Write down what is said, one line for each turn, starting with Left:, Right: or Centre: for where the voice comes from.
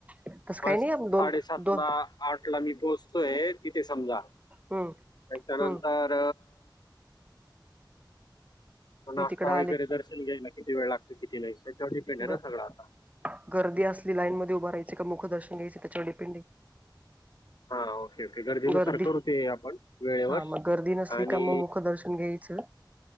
Right: <unintelligible>
Left: बस
Right: दोन
Left: साडेसात
Right: दोन
Left: ला, आठ ला मी पोहोचतोय तिथे समजा.
Right: हम्म
Left: त्याच्यानंतर
Right: हम्म
Left: अ नाश्ता
Right: मी तिकडं आले
Left: वगैरे ज यला कि वेळ लागते, किती नाही. त्याच्यावर डिपेंड आहे
Right: बर
Left: ना सगळं आता
Right: गर्दी असली लाईन मध्ये उभा राहायची का मुखदर्शन घ्यायचे त्याच्या व पिंडी
Left: हा ओके ओके गरजेनुसार
Right: गर्दी
Left: करू ते आपण वेळेवर
Right: हा मग गर्दी नसली
Left: आणि
Right: का मग मुख दर्शन घ्यायचं.